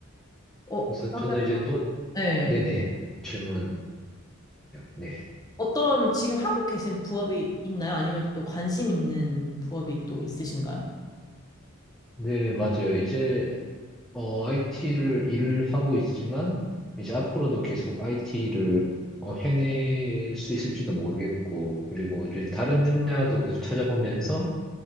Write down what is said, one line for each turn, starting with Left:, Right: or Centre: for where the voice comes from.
Left: 어,
Centre: 그래서
Left: 그러면,
Centre: 저는 이제 또,
Left: 예.
Centre: 네네. 질문하세요. 네.
Left: 어떤 지금 하고 계신 부업이 있나요? 아니면 또 관심 있는 부업이 또 있으신가요?
Centre: 네, 맞아요. 이제 어, IT를 일을 하고 있지만, 이제 앞으로도 계속 IT를 해낼 수 있을지는 모르겠고, 그리고 이제 다른 분야도 계속 찾아보면서,